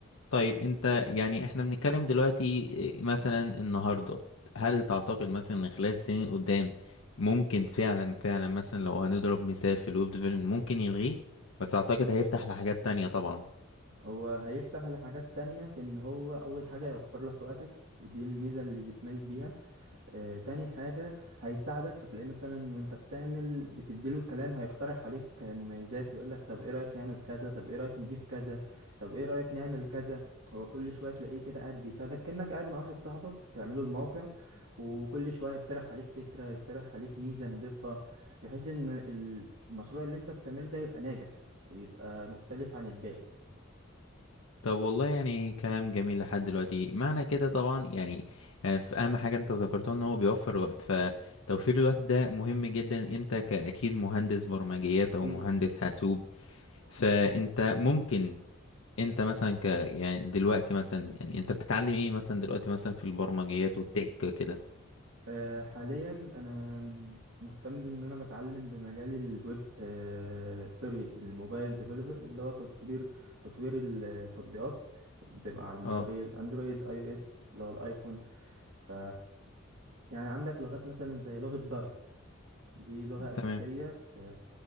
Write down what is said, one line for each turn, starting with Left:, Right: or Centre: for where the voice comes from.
Left: طيب انت يعني احنا بنتكلم دلوقتي إيه، مثلا النهارده هل تعتقد مثلا ان خلال سنين قدام ممكن فعلا فعلا مثلا لو هنضرب مثال في الويب ديفلوبمنت ممكن يلغيه بس اعتقد هيفتح لحاجات تانية طبعا
Right: هو هيفتح لحاجات تانية في ان هو اول حاجة يوفر لك وقتك ودي الميزة اللي بيتميز بيها آه تاني حاجة هيساعدك هتلاقيه مثلا وانت بتعمل بتديله الكلام هيقترح عليك مميزات يقولك طب ايه رأيك نعمل كذا طب ايه رأيك نضيف كذا طب ايه رأيك نعمل كذا هو كل شوية تلاقيه كده قاعد بيساعدك كأنك قاعد مع واحد صاحبك بتعمله الموقع وكل شوية يقترح عليك فكرة يقترح عليك ميزة نضيفها بحيث ان المشروع اللي انت بتعمله ده يبقى ناجح ويبقى مختلف عن الباقي
Left: طب والله يعني كلام جميل لحد دلوقتي معنى كده طبعا يعني آه، في اهم حاجة انت ذكرتها ان هو بيوفر وقت فتوفير الوقت ده مهم جدا انت كأكيد مهندس برمجيات
Right: أكيد
Left: او مهندس حاسوب فانت ممكن انت مثلا ك يعني دلوقتي مثلا يعني انت بتتعلم ايه مثلا دلوقتي مثلا في البرمجيات والتك كده
Right: آه، حاليا انا مهتم بان انا بتعلم بمجال الويب آه، سوري الموبايل ديفلوبر اللي هو تطوير تطوير التطبيقات بتبقى على الموبايل
Left: اه
Right: اندرويد اي او اس اللي هو الايفون ف يعني عندك لغات مثلا زي لغة دارت دي لغة أساسية
Left: تمام
Right: في